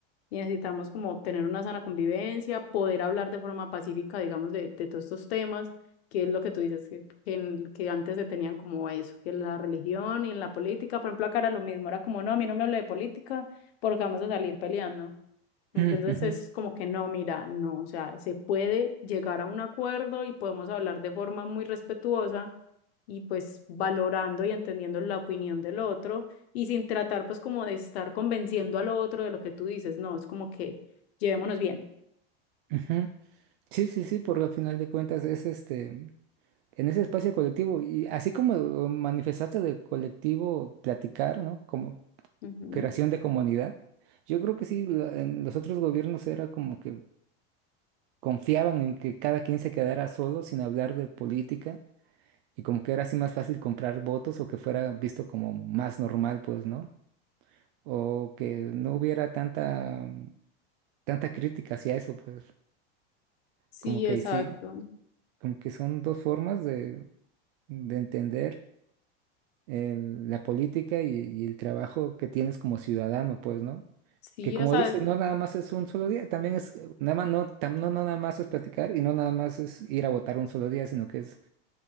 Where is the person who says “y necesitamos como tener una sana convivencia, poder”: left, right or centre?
Left